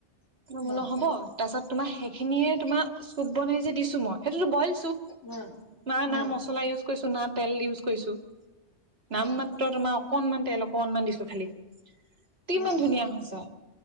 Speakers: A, on the right (about 60°); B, on the left (about 85°).
A: মই বোলো
B: উম
A: হ'ব। তাৰপাছত তোমাৰ সেইখিনিয়ে তোমাৰ চুপ বনাই যে দিছো মই, সেইটোতো বইল চুপ,
B: উম
A: না না
B: উম
A: মচলা ইউজ কৰিছো না তেল ইউজ কৰিছো, নাম
B: উম
A: মা ত্ৰ তোমাৰ অকনমান তেল অকনমান দিছো খালি, কিমান
B: উম
A: ধুনীয়া হৈছে।